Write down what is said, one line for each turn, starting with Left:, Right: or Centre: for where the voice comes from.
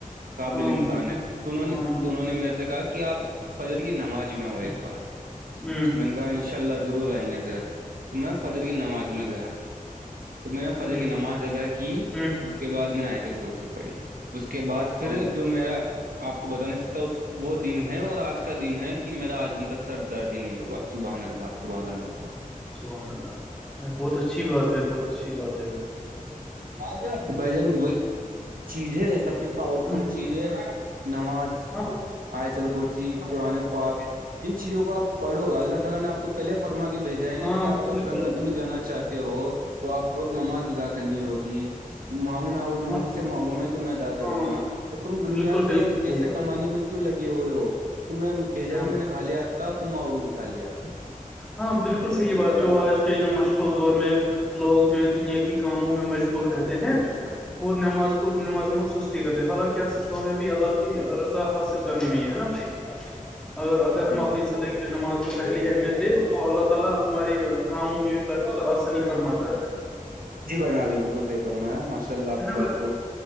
Right: قابل
Centre: ہاں
Right: انسان
Centre: بالکل
Right: ہے تو انہوں نے
Centre: ہاں
Right: تو انہوں نے میر سے کہا کہ آپ فجر کی نماز میں آ ایک بار
Centre: ہوں
Right: میں نے کہا انشء اللہ رور آئ گا ذرا تو میں فادر کی نماز میں گیا تو میں نے فادر
Centre: بالکل ہ بالکل
Right: کی نماز
Centre: صحیح
Right: ادا کی
Centre: ہ
Right: کے بعد میں نے آتل کرسی پڑھی اس کے بعد پھر
Centre: ہاں بھائی
Right: جو میرا آپ کو بتا نہیں سکتا اس وہ دن ہے اور آج کا دن ہے کہ میرا آج دن تک سر درد ہی نہیں ہوا سبحان اللہ سبحان اللہ
Centre: الحمدلہ بہت اچھی بات ہے بہت اچھی بات ہے یہ
Right: ج بھ جن وہ ایک چیز ہے سب سے پاور
Centre: ہوں
Right: فل چیز ہے نماز
Centre: ہاں
Right: آئیچل کرسی پرانے پاک ان چیزوں کو آپ پڑھو اللہ تعالی نے آ کو پہلے فرما کے بھیجا ہے
Centre: ہاں
Right: نا کہ آپ اگر
Centre: بالکل
Right: سنت میں جانا چاہتے ہو تو آپ کو نماز ادا کرنی ہوتی مانگنا ہو جو مجھ
Centre: ہاں
Right: سے مانگو میں تو میں ادا کروں
Centre: ہاں
Right: گا تو تم دنیا
Centre: بالکل
Right: سے
Centre: بالکل
Right: پیسے
Centre: صحیح بھائی
Right: کمانے میں کیوں لگے ہوئے ہو تم بھیجا
Centre: ہاں
Right: بھی میں نے کایا تھا تمؤگے بھی کھا ل آتی
Centre: ہاں بالکل صحیح بات جو آج کے جو مشروص دور میں لوگ جو ہے دنیا کی کاموں میں مشغول رہتے ہیں اور نماز کو نماز میں کرتے حالانکہ اصل کامیابی اللہ کی رضا حاصل کرنے میں ہے نا بھائی اور اگر ہم
Right: ہاں
Centre: اپنی زندگی میں نماز کو پہلی اہمیت دے تو اللہ تعالی ہماری کاموں میں بھی بر ط آسانی فرماتا ہے
Right: جی بھائی آپ نے بالکلح فرمایا ماشء اللہ
Centre: ہے
Right: آپ بات بہت